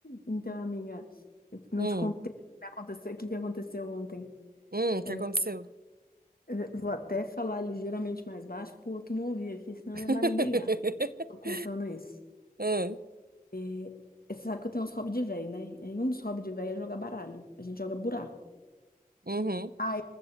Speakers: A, on the left (about 75°); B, on the right (about 80°).
A: Então, amiga, eu não
B: Hum,
A: te contei o que aconteceu, o que que aconteceu ontem.
B: hum, o que
A: É,
B: aconteceu?
A: eu vou até falar ligeiramente mais baixo pro outro não ouvir aqui, senão
B: <laughs>
A: ele vai me brigar. Tô contando isso.
B: Hum,
A: É, é, você sabe que eu tenho uns hobbies de velho, né? E um dos hobbies de velho é jogar baralho. A gente joga buraco.
B: uhum,
A: Ah,